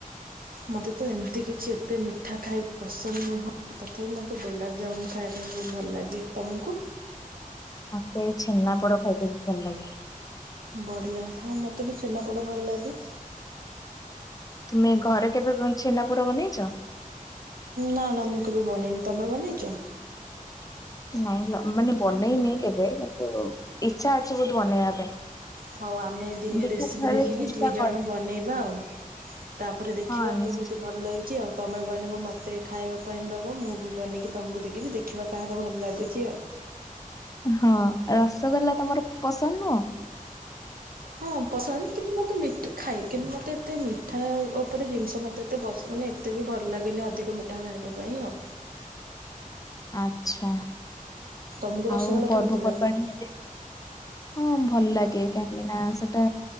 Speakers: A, on the right; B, on the left.
A: ମୋତେ ତ ଏମିତି କିଛି ଏତେ ମିଠା ଖାଇବା ପସନ୍ଦ ନୁହେଁ ତଥାପି ମୋତେ ଗୋଲାପଜାମୁନ ଖାଇବା ପାଇଁ ବହୁତ ଭଲ ଲାଗେ, ତମକୁ?
B: ମତେ ଛେନା ପୋଡ ଖାଇତେ ବି ଭଲ ଲାଗେ।
A: ବଢିଆ ହଁ ମତେ ବି ଛେନାପୋଡା ଭଲ ଲାଗେ।
B: ତୁମେ ଘରେ କେବେ ଛେନା ପୋଡ ବନେଇଛ?
A: ନା ନା ମୁଁ କେବେ ବନେଇନି, ତମେ ବନେଇଛ?
B: ନାଇଁ ମାନେ ବନେଇନି କେବେ କିନ୍ତୁ ଇଛା ଅଛି ବହୁତ ବନେଇବା ପାଇଁ।
A: ହଉ ଆମେ ଦିନେ
B: ଦେଖିବା
A: ରେସିପି
B: ଥରେ
A: ଦେଖିକି
B: ଚେଷ୍ଟା
A: ଦୁଇଜଣ
B: କର
A: ବନେଇବା ଆଉ। ତାପରେ ଦେଖିବା
B: ହଁ ନିଶ୍ଚୟ
A: କେମିତି ଭଲ ହେଇଛି ଆଉ ତମେ ବନେଇବ ମୋତେ ଖାଇବା ପାଇଁ ଦେବି ମୁଁ ବି ବନେଇକି ତମକୁ ଦେକି ଦେ ଦେଖିବା କାହାର ଭଲ ଲାଗୁଛି ଆଉ।
B: ହଁ ରସଗୋଲା ତମର ପସନ୍ଦ ନୁହଁ?
A: ହଁ ପସନ୍ଦ କିନ୍ତୁ ମୋତେ ମିଠ ଖାଏ କିନ୍ତୁ ମୋତେ ଏତେ ମିଠା ଉପରେ ଜିନିଷ ମୋତେ ତ ଏତେ ବସ ମାନେ ଏତେ ବି ଭଲ ଲାଗେନି ଅଧିକ ମିଠା ଖାଇବା ପାଇଁ ଆଉ।
B: ଆଛା
A: ତମକୁ ରସଗୋଲା
B: ଆଉ ପର୍ବପର୍ବାଣି
A: କେମିତି ଲାଗେ
B: ହେଲେ ହଁ ଭଲ ଲାଗେ କାହିଁକି ନା ସେଟା